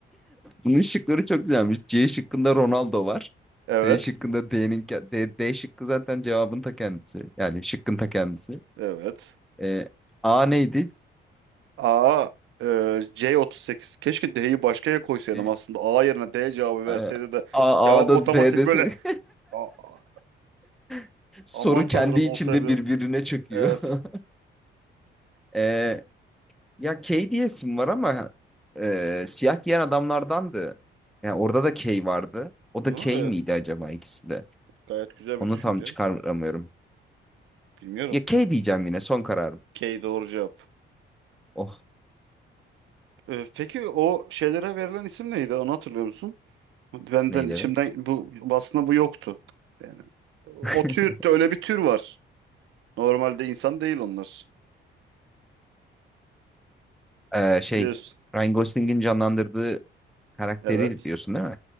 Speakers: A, in the centre; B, on the right.
A: Bunun şıkları çok güzelmiş. C şıkkında Ronaldo var.
B: Evet,
A: D şıkkında D'nin ke- D, D şıkkı zaten cevabın ta kendisi. Yani şıkkın ta kendisi.
B: evet.
A: Ee, A neydi?
B: A, e, C38. Keşke D'yi başkaya koysaydım
A: C-
B: aslında. A yerine D cevabı verseydi
A: A,
B: de
A: A-
B: cevap
A: A'da
B: otomatik
A: D dese
B: böyle "A- a-
A: <laughs> soru
B: aman tanrım
A: kendi içinde
B: olsaydı.
A: birbirine çöküyor.
B: Evet.
A: <laughs> Ee, Ya Kay diyesim var ama e, siyah giyen adamlardandı. Yani orada da Kay vardı. O
B: Ne?
A: da Kay
B: Evet,
A: miydi acaba ikisi de?
B: Gayet güzel
A: Onu
B: bir düşünce.
A: tam çıkaramıyorum.
B: Bilmiyorum.
A: Ya Kay diyeceğim yine son kararım.
B: K doğru cevap.
A: Oh
B: E, peki o şeylere verilen isim neydi? Onu hatırlıyor musun? Benden
A: neyleri.
B: içimden bu aslında bu yoktu. Yani o
A: <laughs>
B: tür öyle bir tür var. Normalde insan değil onlar.
A: E, şey
B: Biliyorsun.
A: Ryan Gosling'in canlandırdığı karakteri
B: Evet.
A: diyorsun değil mi?